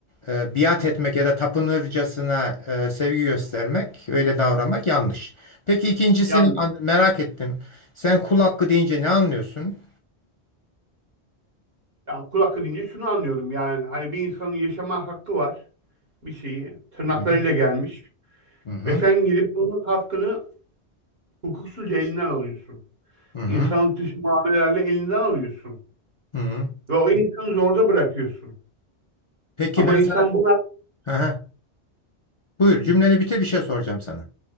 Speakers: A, on the left; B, on the right.
A: e, biat etmek ya da tapınırcasına e, sevgi göstermek, öyle davranmak yanlış. Peki ikincisini
B: Yanlış.
A: an- merak ettim. Sen kul hakkı deyince ne anlıyorsun?
B: Ya kulak edince şunu anlıyorum yani hani bir insanın yaşama hakkı var bir şeyi tırnaklarıyla
A: Hı hı.
B: gelmiş
A: Hı hı.
B: ve sen gidip bunun hakkını hukuksuzca elinden alıyorsun.
A: Hı hı.
B: İnsanlık dışı muamelelerle elinden alıyorsun
A: hı hı.
B: ve o insanı zorda bırakıyorsun.
A: Peki
B: Ama
A: ben
B: insan
A: sana
B: buna
A: Hı hı. Buyur cümleni bitir bir şey soracağım sana.